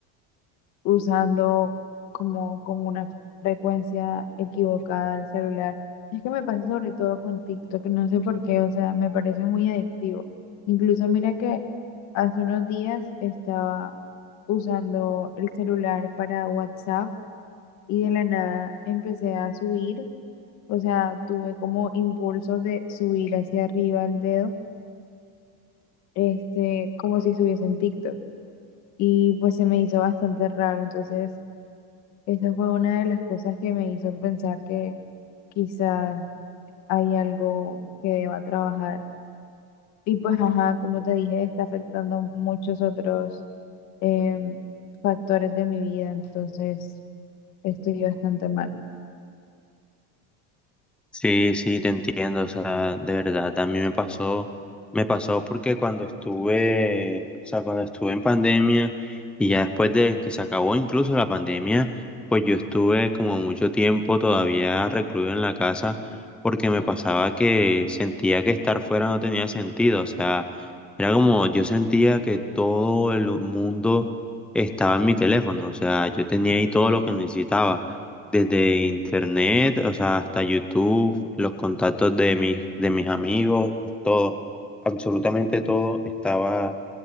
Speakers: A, on the left; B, in the centre.
A: usando como con una frecuencia equivocada el celular. Es que me pasa sobre todo con TikTok, no sé por qué, o sea, me parece muy adictivo. Incluso mira que hace unos días estaba usando el celular para WhatsApp y de la nada empecé a subir, o sea, tuve como impulsos de subir hacia arriba el dedo, este, como si estuviese en TikTok. Y pues se me hizo bastante raro, entonces Esa fue una de las cosas que me hizo pensar que quizás hay algo que deba trabajar. Y pues, ajá, como te dije, está afectando muchos otros em, factores de mi vida, entonces estoy bastante mal.
B: Sí, sí, te entiendo, o sea, de verdad, también me pasó, me pasó porque cuando estuve, o sea, cuando estuve en pandemia y ya después de que se acabó incluso la pandemia, pues yo estuve como mucho tiempo todavía recluido en la casa porque me pasaba que sentía que estar fuera no tenía sentido, o sea, era como yo sentía que todo el mundo estaba en mi teléfono, o sea, yo tenía ahí todo lo que necesitaba desde internet, o sea, hasta YouTube, los contactos de mis, de mis amigos, todo, absolutamente todo estaba,